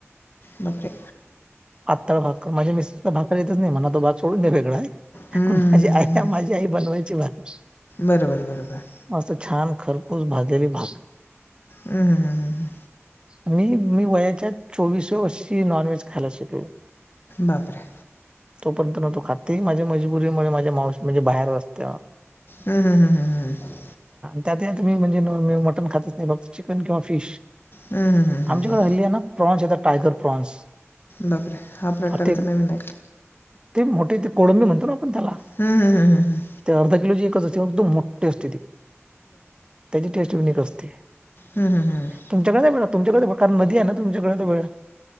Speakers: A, on the left (about 50°); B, on the right (about 20°).
A: बापरे!
B: पाातळ भाकर माझ्या मिसेसला भाकरी येतंच नाय म्हणा तो भाग सोडून द्या वेगळा
A: हं.
B: पण माझी आय झी आई बनवायची भाकरी.
A: बरोबर बरोबर.
B: मस्त छान खरपूस भाजलेली भाकर
A: हम्म हम्म
B: मी मी वयाच्या चोवीसव्या वर्षी नॉनव्हेज खायला शिकलो.
A: बापरे!
B: तोपर्यंत नव्हतो खात ते माझ्या मजबुरीमुळे माझ्या मावशी म्हणजे बाहेरच असतेया.
A: हम्म हम्म हम्म हम्मम्म
B: त्यातही तुम्ही म्हणजे <unintelligible> मटन खातच नाय, फक्त चिकन किंवा फिश.
A: हम्म हम्म हम्म
B: आमच्याकडे
A: हम्म.
B: हल्ली आहे ना प्रॉन्स येतात, टायगर प्रॉन्स.
A: बापरे! हा प्रकार
B: ते
A: तर नवीन आहे.
B: ते मोठी, ते कोळंबी म्हणतो ना आपण त्याला,
A: हं, हं, हं, हं, हं.
B: ते अर्धा किलोची तशी ती एकदम मोठी असते ती, त्याची टेस्ट युनिक असते.
A: हम्म हम्म हम्म...
B: तुमच्याकडे नाही मिळत तुमच्याकडे <unintelligible> कारण नदी आहे ना तुमच्याकडे तरे